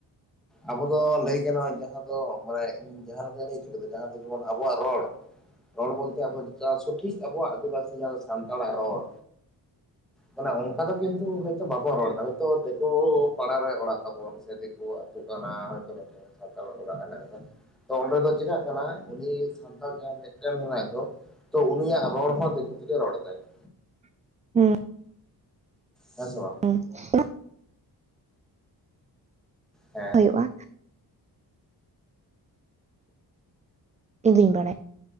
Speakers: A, in the centre; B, on the right.
A: ᱟᱵᱚ ᱫᱚ ᱞᱟᱹᱭ ᱜᱟᱱᱚᱜ-ᱟ ᱡᱟᱦᱟ ᱫᱚ ᱢᱟᱱᱮ᱾ ᱤᱧ ᱡᱟᱦᱟ ᱞᱮᱠᱟᱹᱧ ᱞᱟᱹᱭ ᱦᱚᱪᱚ ᱠᱮᱫᱟ ᱡᱟᱦᱟ ᱫᱚ ᱡᱮᱢᱚᱱ ᱟᱵᱚᱣᱟᱜ ᱨᱚᱲ ᱨᱚᱲ ᱵᱚᱞ ᱛᱮ ᱟᱵᱚ ᱥᱚᱴᱷᱤᱠ ᱟᱵᱚᱣᱟᱜ ᱟᱹᱫᱤ ᱵᱟᱹᱥᱤ ᱡᱟᱦᱟ ᱥᱟᱱᱛᱟᱲᱟᱜ ᱨᱚᱲ ᱢᱟᱱᱮ ᱚᱱᱠᱟ ᱫᱚ ᱠᱤᱱᱛᱩ ᱦᱚᱭ ᱛᱚ ᱵᱟᱵᱚᱱ ᱨᱚᱲ ᱫᱟ ᱦᱚᱭ ᱛᱚ ᱫᱮᱠᱳ ᱯᱟᱲᱟ ᱨᱮ ᱚᱲᱟᱜ ᱛᱟᱵᱚᱱ ᱥᱮ ᱫᱤᱠᱩ ᱟᱹᱛᱩ ᱠᱟᱱᱟ ᱦᱚᱭᱛᱳ ᱢᱤᱫᱴᱮᱱ ᱥᱟᱱᱛᱟᱲᱜ ᱚᱲᱟᱜ ᱦᱮᱱᱟᱜ ᱟᱠᱟᱫᱟ ᱾ ᱛᱚ ᱚᱸᱰᱮ ᱫᱚ ᱪᱮᱟᱜ ᱠᱟᱱᱟ ᱩᱱᱤ ᱥᱟᱱᱛᱟᱲ ᱡᱟᱦᱟᱸᱭ ᱢᱮᱫᱴᱮᱱ ᱦᱮᱱᱟᱭ ᱫᱚ ᱛᱚ ᱩᱱᱤᱭᱟᱜ ᱨᱚᱲ ᱦᱚᱸ ᱫᱤᱠᱩ ᱛᱮᱜᱮ ᱨᱚᱲ ᱫᱟᱭ ᱾
B: <inaudible>
A: ᱦᱮᱸ ᱥᱮ ᱵᱟᱝ?
B: <unintelligible>
A: ᱦᱮᱸ
B: ᱦᱳᱭᱳᱜᱼᱟ᱾ ᱤᱧᱫᱩᱧ ᱵᱟᱲᱟᱭ